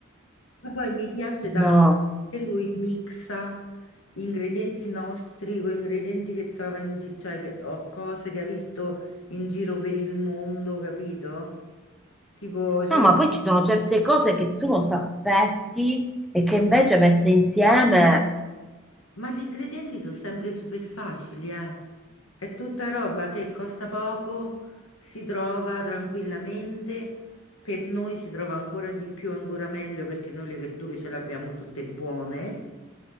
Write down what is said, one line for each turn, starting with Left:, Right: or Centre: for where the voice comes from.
Left: ma poi mi piace tanto
Centre: Ma...
Left: che lui mixa ingredienti nostri con ingredienti che trova in giro, cioè che, o cose che ha visto in giro per il mondo, capito? Tipo, c'è
Centre: No, ma
Left: una
Centre: poi ci sono certe cose che tu non ti aspetti e che invece messe insieme.
Left: Ma gli ingredienti sono sempre super facili, eh. È tutta roba che costa poco, si trova tranquillamente, per noi si trova ancora di più, ancora meglio perché noi le verdure ce le abbiamo tutte buone.